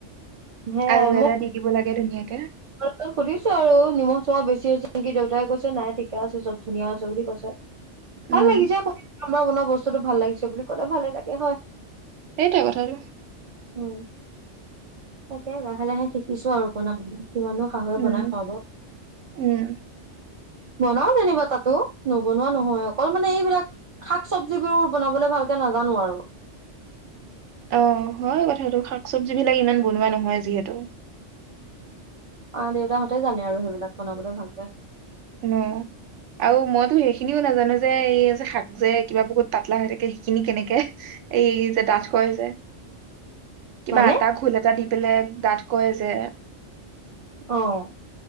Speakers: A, on the right; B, on the right.
A: সেয়াই
B: আলু এটা দি দিব লাগে ধুনীয়াকে।
A: তো সুধিছোঁ আৰু, নিমখ চখা বেছি হৈছে নেকি? দেউতাই কৈছে, নাই ঠিকে আছে চব, ধুনীয়া হৈছে বুলি কৈছে।
B: উম
A: ভাল লাগিছে <inaudible> আমাৰ বনোৱা বস্তুটো ভাল লাগিছে বুলি ক'লে, ভালে লাগে হয়।
B: সেইটোৱে কথাটো।
A: উম, তাকে লাহে - লাহে শিকিছোঁ আৰু বনা কিমাননো শাহুৱে
B: উম
A: বনাই খুৱাব।
B: উম
A: বনাও যেনিবা তাতো। নবনোৱা নহয়। অকল মানে এইবিলাক শাক চবজিবোৰ বনাবলৈ ভালকে নাজানো আৰু।
B: অ হয় কথাটো শাক চবজি বিলাক ইমান বনোৱা নহয় যিহেতু।
A: আহ দেউতাহঁতে জানে আৰু সেইবিলাক বনাবলৈ ভালকে।
B: ন আৰু মইতো সেইখিনিও নাজানো যে এই যে শাক যে কিবা বহুত পাতলা হৈ থাকে সেইখিনি কেনেকে এই যে ডাঠ কয় যে। কিবা
A: মানে
B: এটা ঘোল এটা দি পেলাই ডাঠ কয় যে।
A: অহ।